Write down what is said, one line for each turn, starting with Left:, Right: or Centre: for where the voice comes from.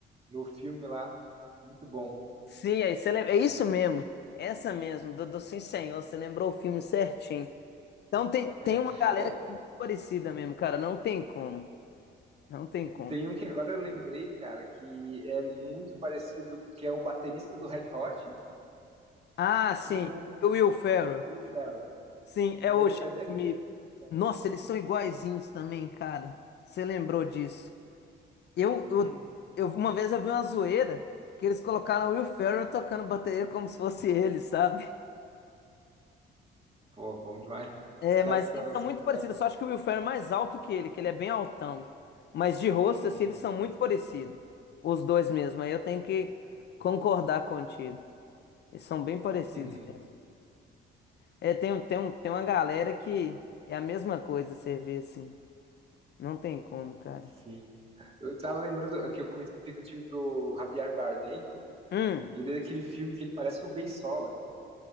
Right: No filme lá, muito bom.
Left: Sim, aí você lembra. É isso mesmo. Essa mesmo, do, do Sim Senhor. Você lembrou o filme certinho. Então tem, tem
Right: É.
Left: uma galera
Right: Oh,
Left: que é muito parecida mesmo, cara. Não tem como. Não tem como.
Right: tem um que agora eu lembrei, cara, que é muito parecido, que é o baterista do Red Hot
Left: Ah, sim.
Right: com
Left: O Will Ferrell.
Right: o Will Ferrell.
Left: Sim,
Right: Os
Left: é
Right: Dois,
Left: o Chad
Right: até
Left: Smith.
Right: brinco com isso, né?
Left: Nossa, eles são iguaizinhos também, cara. Você lembrou disso? Eu,
Right: Uhum.
Left: eu, eu- uma vez eu vi uma zoeira que eles colocaram o Will Ferrell tocando bateria como se fosse ele, sabe?
Right: Pô, bom demais. <laughs>
Left: É,
Right: Os caras
Left: mas
Right: são
Left: eles
Right: assim
Left: são muito
Right: de
Left: parecidos.
Right: velho.
Left: Só acho que o Will Ferrell é mais alto que ele, que ele é bem altão. Mas de rosto, assim,
Right: Uhum.
Left: eles são muito parecidos. Os dois mesmo. Aí eu tenho que concordar contigo. Eles são bem parecidos
Right: <laughs>
Left: mesmo. É, tem, um- tem, um, tem uma galera que é a mesma coisa, você vê assim. Não tem como, cara.
Right: Sim. Eu tava lembrando é que eu comentei contigo do Javier Bardem,
Left: Hum.
Right: e ele é aquele filme que ele parece o Beisola.